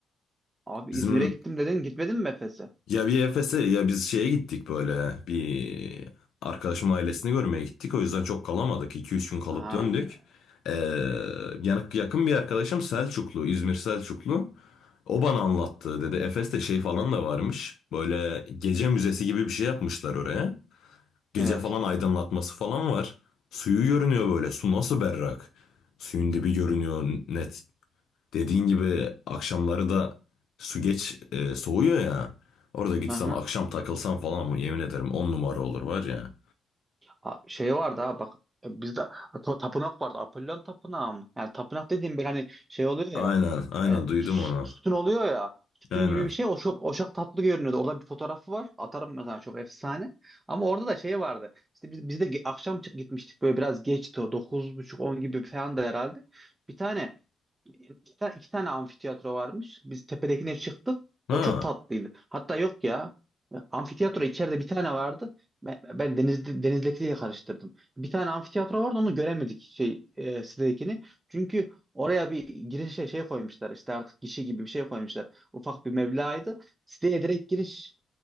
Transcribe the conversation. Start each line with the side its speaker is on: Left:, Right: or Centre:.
Right: abi
Left: Bizim
Right: İzmir'e gittim dedin gitmedin mi Efes'e?
Left: Ya bir Efes'e ya biz şeye gittik böyle bir arkadaşımın ailesini görmeye gittik. O yüzden çok kalamadık. iki üç gün kalıp
Right: Ha,
Left: döndük. Ee, yani yakın bir arkadaşım Selçuklu, İzmir Selçuklu. O bana anlattı dedi. Efes'te şey falan da varmış. Böyle gece müzesi gibi bir şey yapmışlar oraya. Gece
Right: evet.
Left: falan aydınlatması falan var. Suyu görünüyor böyle. Su nasıl berrak. Suyun dibi görünüyor net. Dediğin gibi akşamları da su geç e, soğuyor ya. Orada gitsen
Right: Aha.
Left: akşam takılsan falan mı yemin ederim 10 numara olur var ya.
Right: Aa, şey vardı ha bak e, bizde ta- tapınak vardı Apollon tapınağı mı? Yani tapınak dediğim bir hani şey oluyor ya
Left: Aynen aynen
Right: e,
Left: duydum
Right: sü-
Left: onu.
Right: sütun oluyor ya sütun
Left: Aynen.
Right: gibi bir şey oşak, oşak tatlı görünüyordu. Orada bir fotoğrafı var atarım mesela çok efsane. Ama orada da şey vardı işte biz, biz de ge- akşam çık- gitmiştik böyle biraz geçti dokuz buçuk on gibi falan da herhalde. Bir tane İki, ta- iki tane amfiteyatro varmış. Biz tepedekine çıktık.
Left: Ha,
Right: O çok tatlıydı. Hatta yok ya. Amfiteyatro içeride bir tane vardı. Ben, ben denizde, denizdekiyle karıştırdım. Bir tane amfiteyatro vardı onu göremedik şey e, sitedekini. Çünkü oraya bir girişe şey koymuşlar işte artık gişe gibi bir şey koymuşlar. Ufak bir meblağydı. Siteye direkt giriş